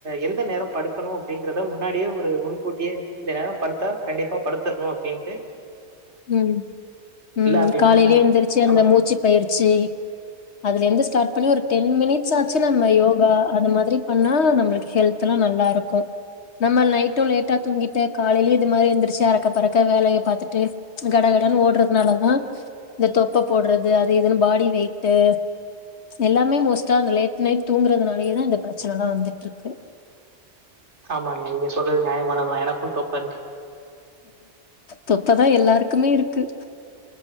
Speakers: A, on the right; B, on the left.
A: எந்த நேரோ படுக்கணு அப்டிங்கறத முன்னாடியே ஒரு முன்கூட்டியே இந்த நேரோ படுத்தா கண்டிப்பா படுத்தரணு அப்டின்ட்டு
B: ம் ம்
A: அப்படின்னா
B: காலைலயே எந்திரிச்சு அந்த
A: நமக்கு
B: மூச்சுப் பயிற்சி அதுல இருந்து ஸ்டார்ட் பண்ணி ஒரு டென் மினிட்ஸ் ஆச்சு நம்ம யோகா அது மாதிரி பண்ணா நம்பளுக்கு ஹெல்த் எல்லா நல்லா இருக்கு நம்ம நைட்டு லேட்டா தூங்கிட்டு காலைலயு இது மாரி எந்திரிச்சு அரக்க பரக்க வேலைய பாத்துட்டு கடகடன்னு ஓடுறதுனாலதா இந்த தொப்பை போடறது அது இதுன்னு பாடி வெயிட்டு் எல்லாமே மோஸ்ட்டா அந்த லேட் நைட் தூங்குறதுனாலயேதா இந்த பிரச்சனைலா வந்துட்ருக்கு
A: ஆமாங்க நீங்க சொல்றது நியாயமானதுதா எனக்கும் தொப்ப இருக்கு.
B: தொப்பதா எல்லாருக்குமே இருக்கு